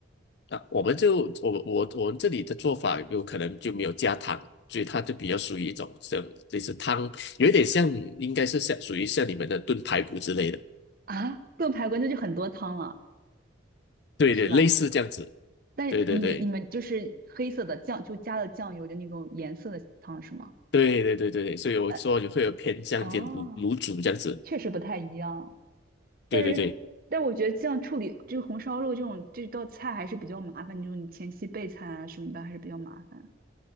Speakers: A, on the left (about 55°); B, on the right (about 45°).
A: 啊，我们就我我我们这里的做法有可能就没有加糖，所以它就比较属于一种像类似汤，有一点像应该是像属于像你们的炖排骨之类的，
B: 啊。炖排骨那就很多汤了，
A: 对对，
B: 是吧？
A: 类似这样子，
B: 但你们你们就是黑色的酱，
A: 对对对
B: 就加了酱油的那种颜色的汤是吗？
A: 对对对对对，所以我说也会有偏向一点卤卤煮这样子，
B: 那哦，确实不太一样，但是但我觉得这样处理这个红烧肉这种这道菜还是比较麻烦，
A: 对对对
B: 就是你前期备菜啊什么的还是比较麻烦。